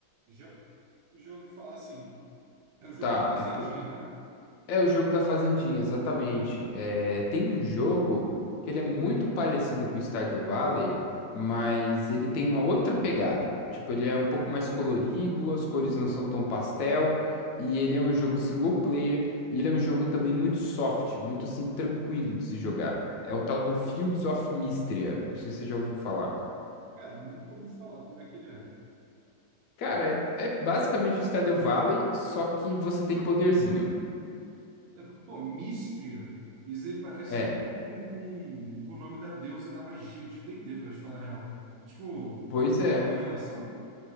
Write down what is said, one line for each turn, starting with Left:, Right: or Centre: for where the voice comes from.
Right: Já, já ouvi falar assim, é o jogo
Left: Tá,
Right: da Fazendinha,
Left: é, p-
Right: não é?
Left: é o jogo da fazendinha, exatamente. É, tem um jogo que ele é muito parecido com o Stardew Valley, mas ele tem uma outra pegada. Tipo, ele é um pouco mais colorido, as cores não são tão pastel, e ele é um jogo single player, e ele é um jogo também muito soft, muito assim, tranquilo de se jogar. É o tal do Fields of Mistria. Não sei se você já ouviu falar.
Right: Cara, nunca ouvi falar como é que ele é.
Left: Cara, é, é basicamente um Stardew Valley, só que você tem poderzinho.
Right: É, pô, Místria, isso aí parece
Left: É,
Right: muito com, com, com o nome da deusa da magia de D&D, pra te falar a real. Tipo,
Left: pois
Right: tem
Left: é.
Right: alguma relação?